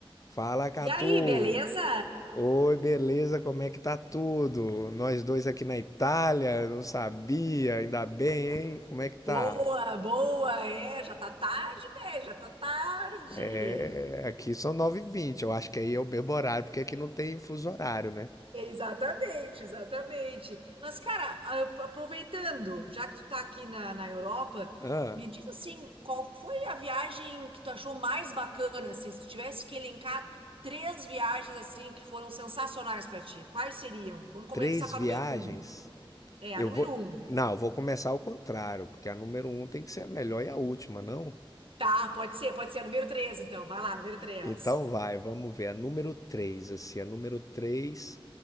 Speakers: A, on the left; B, on the right.
A: Fala, Catu!
B: E aí, beleza?
A: Oi, beleza? Como é que tá tudo? Nós dois aqui na Itália, não sabia, ainda bem, hein? Como é que tá?
B: Boa, boa, é, já tá tarde, velho, já tá tarde.
A: É, aqui são nove e vinte. eu acho que aí é o mesmo horário, porque aqui não tem fuso horário, né?
B: Exatamente, exatamente. Mas, cara, a- aproveitando, já que tu tá aqui na, na Europa,
A: Ah,
B: me diz assim, qual foi a viagem que tu achou mais bacana, assim, se tu tivesse que elencar três viagens, assim, que foram sensacionais pra ti, quais seriam? Vamos começar
A: três
B: com
A: viagens?
B: a número um. É, a
A: Eu
B: número
A: vou.
B: um.
A: Não, eu vou começar ao contrário, porque a número um tem que ser a melhor e a última, não?
B: Tá, pode ser, pode ser, a número três, então, vai lá, número três.
A: Então vai, vamos ver. A número 3, assim, a número 3